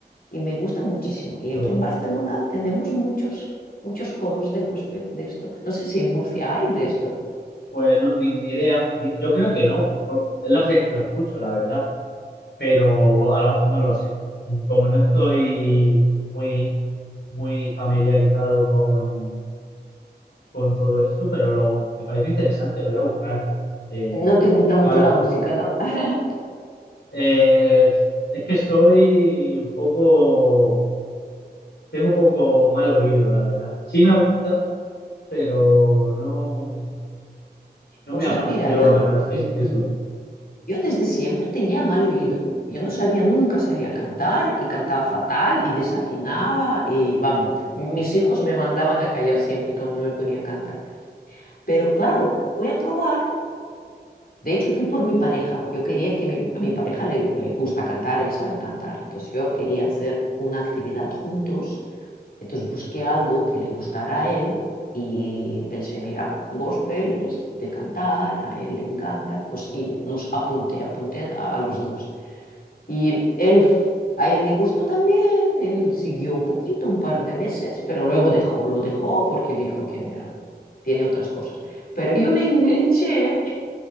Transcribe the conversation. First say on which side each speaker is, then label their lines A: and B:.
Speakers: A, on the left; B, on the left.
A: Y me gusta muchísimo. Y
B: qué
A: aquí
B: bueno.
A: en Barcelona tenemos muchos, muchos coros de gospel de esto. No sé si en Murcia hay de esto.
B: Pues no, ni, ni idea. Ni- yo creo que no. por- es la primera vez que lo escucho, la verdad. Pero a lo- no lo sé. Como no estoy muy, muy familiarizado con, con todo esto, pero lo, me parece interesante, lo voy a buscar. Eh,
A: No te gusta mucho
B: ahora,
A: la música, ¿no? <laughs>
B: eh, es que soy un poco, tengo un poco mal oído, la verdad. Sí me gusta, pero no, no
A: Pues
B: me apasiona,
A: yo, mira, yo,
B: por así
A: y,
B: decirlo.
A: y- yo desde siempre tenía mal oído. Yo no sabía, nunca sabía cantar y cantaba fatal y desafinaba y vamos, m- mis hijos me mandaban a callar siempre cuando me ponía a cantar. Pero claro, fui a probar De hecho, fui por mi pareja. Yo quería que mi- a mi pareja le, le gusta cantar, él sabe cantar. Entonces yo quería hacer una actividad juntos. Entonces busqué algo que le gustara a él y pensé, mira, gospel es de cantar, a él le encanta. Pues y nos apunté, apunté a los dos. Y él, a él le gustó también, él siguió un poquito, un par de meses, pero luego dejó, lo dejó porque dijo que mira, tiene otras cosas. Pero yo me <laughs> enganché